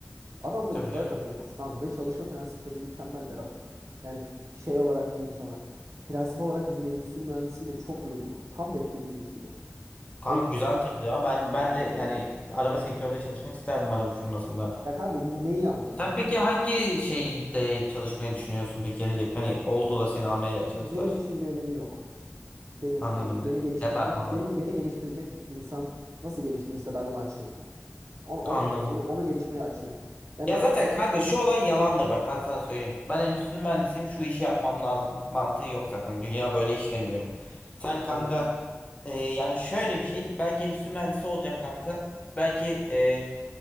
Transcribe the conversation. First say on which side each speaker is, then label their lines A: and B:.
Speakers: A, on the right; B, on the left.
A: Adamların
B: tabii
A: Toyota
B: canım.
A: firması kanka ve çalışma prensipleri mükemmel Berat. Yani şey olarak diyeyim sana. Prensip olarak bizim endüstri mühendisiyle çok uyumlu. Tam beklediğimiz gibi.
B: Kanka
A: O yüzden
B: güzel tabii ya. Ben ben de yani araba sektöründe çalışmak isterdim araba firmasında.
A: ya kanka ne- neyi anlıyorsun?
B: Sen peki hangi şeyde çalışmayı düşünüyorsun peki gelecek? Hani oldu da seni almaya çalıştılar.
A: Benim için bir önemi yok. Benim için
B: Anladım.
A: bir önemi. Beni geliştirecek,
B: Departmanlar.
A: beni beni geliştirecek insan nasıl geliştirirse ben onu açığım kanka. Onu, onu,
B: Anladım.
A: onu, onu gelişmeye açığım. Yani
B: Ya zaten kanka şu olay yalandır bak ben sana söyleyeyim. Ben endüstri mühendisiyim şu işi yapmam lazım mantığı yok zaten. Dünya böyle işlemiyor. Sen kanka
A: tabii
B: e, yani şöyle bir şey belki endüstri mühendisi olacaksın kanka. Belki e,